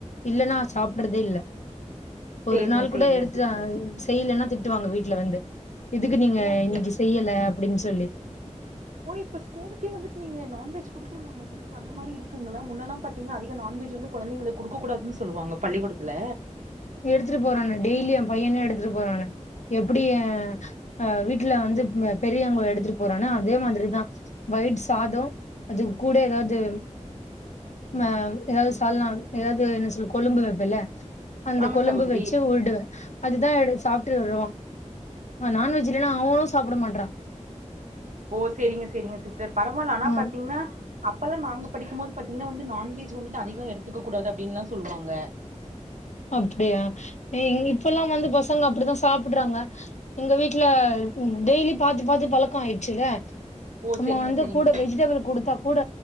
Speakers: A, on the left (about 70°); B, on the right (about 80°).
A: இல்லன்னா சாப்பிடறதே இல்ல
B: செரிங்க
A: ஒரு நாள் கூட
B: செரிங்க
A: எடுத்து
B: சிஸ்டர்
A: செய்யலன்னா திட்டுவாங்க வீட்டுல வந்து இதுக்கு நீங்க
B: ஓ இப்ப
A: இன்னைக்கு செய்யல அப்படின்னு சொல்லி
B: ஓ இப்ப ஸ்கூளுக்கே வந்து நீங்க நான்வெஜ் கொடுத்து விடலாமா சிஸ் டர் அந்த மாதிரி இருக்குங்களா முன்னெல்லா பாத்தீங்கன்னா அதிக நான்வெஜ் வந்து குழந்தைங்களுக்கு கொடுக்கூடாதுன்னு சொல்லுவாங்க பள்ளிக்கூடத்துல
A: எடுத்துட்டு போறானு டெய்லி எ பையனே எடுத்துட்டு போறானு எப்படி அ வீட்டுல வந்து பெரியவங்க எடுத்துட்டு போறான்னு அதே மாதிரிதா வய்ட் சாதோ அதுக்கு கூட ஏதாது அ ஏதாது சால்னா ஏதாவது என்ன சொல் கொழும்பு வைப்பல்ல அந்த
B: ஆமா
A: கொழும்பு
B: சகோதரி
A: வச்சு ஊடுவ அதுதா சாப்பிட்டு வருறவா நான்வெஜ் இல்லன்னா அவனு சாப்ட மாட்டறா
B: ஓ செரிங்க செரிங்க சிஸ்டர் பரவாயில்ல ஆனா
A: அ
B: பாத்தீங்கன்னா அப்பெல்லா நாங்க படிக்கும்போது பாத்தீங்கன்னா வந்து நான்வெஜ் வந்துட்டு அதிகோ எடுத்துக்க கூடாது அப்படின்னுலா சொல்லுவாங்க
A: அப்படியா இப்பல்லா வந்து பசங்க அப்படித்தா சாப்பிடுறாங்க எங்க வீட்டு ல்ல டெய்லி பாத்து பாத்து பழக்கோ ஆயிடுச்சுல
B: ஓ
A: நம்ம
B: சேரிங்க
A: வந்து
B: சேரிங்க
A: கூட
B: சிஸ்
A: வெஜிடெபிள் குடுத்தா கூட